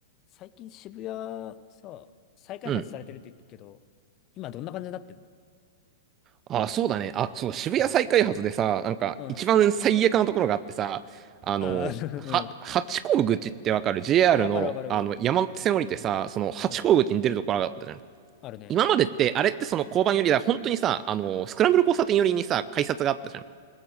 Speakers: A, on the left; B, on the right.
A: 最近渋谷さ、再開発されてるって言うけど、
B: うん。
A: 今どんな感じになってんの
B: あ、そうだね。あ、そう、渋谷再開発でさ、なんか、
A: うん。
B: 一番最悪なところがあってさ、あの、
A: ああ、<laughs>
B: は、
A: うん。
B: 八甲口ってわかる ?JR
A: あ、わかるわかるわかる。
B: の、あの、山手線降りてさ、
A: うん。
B: その、八甲口に出るところがあったじゃん。
A: わかるよ。あるね。
B: 今までって、あれってその交番寄りだ、本当にさ、あの、スクランブル交差点寄りにさ、改札があったじゃん。